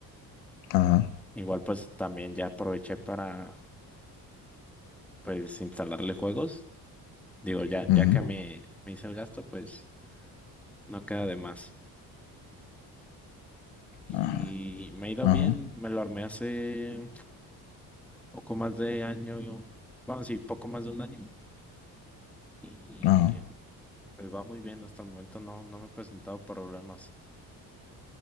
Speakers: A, on the left; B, in the centre.
A: Ajá,
B: Igual pues también ya aproveché para pues instalarle juegos. Digo, ya,
A: ujú,
B: ya que me, me hice el gasto, pues no queda de más. Y
A: ajá,
B: me ha ido
A: ajá,
B: bien, me lo armé hace poco más de año, yo, bueno, sí, poco más de un año. Y
A: ajá,
B: pues va muy bien, hasta el momento no, no me he presentado problemas.